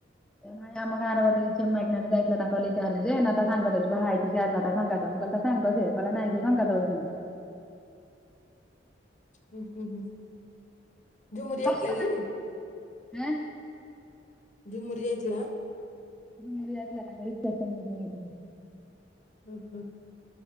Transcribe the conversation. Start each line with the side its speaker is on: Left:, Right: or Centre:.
Centre: ଏ ନାଇଁ ଆମ ଗାଁରେ ଗୋଟେ ଝିଅ ମାଇକିଣା ଟେ ଯାଇଥିଲା ତାଙ୍କ କଲେ। ହାରକୁ ଯେ ନା ତା ସାଙ୍ଗ <unintelligible> ବାହାହେଉକି ସିଏ ଆସିଲା ତା ସଙ୍ଗାତ ମୁଁ କହିଲି ତା ସାଙ୍ଗ ସିଏ କଇଲା ନାଇଁ ସିଏ ସଙ୍ଗାତ ବଇଛନ୍ତି।
Left: ହୁଁ ହୁଁ ହୁଁ। ଝୁମୁରି ଯାଇଥିଲା
Centre: <inaudible>
Left: କି?
Centre: ଏଁ
Left: ଝୁମୁରି ଯାଇଥିଲା।
Centre: ଝୁମୁରି ଯାଇଥିଲା ତାଙ୍କ ରିସେପ୍ସନକୁ <unintelligible>
Left: ହୁଁ ହୁଁ।